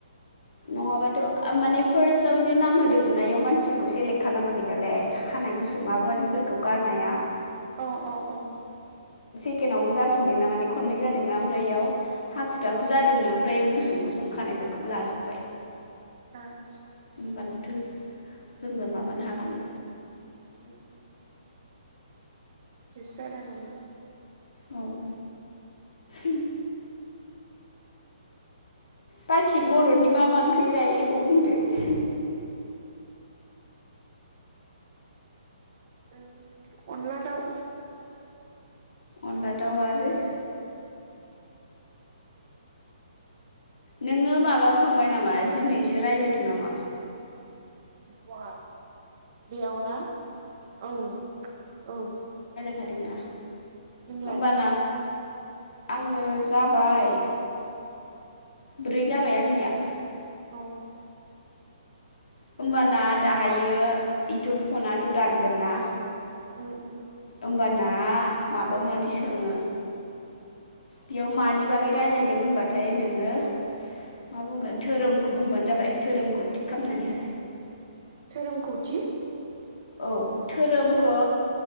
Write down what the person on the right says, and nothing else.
अ अ अ अ
आ।
उम उम इदिसो जादों नामा?
उम अन्ला दाउ
बहा? बेयाव ना औ औ
नोंलाय
औ
उ उम।
धोरोमखौ थिक।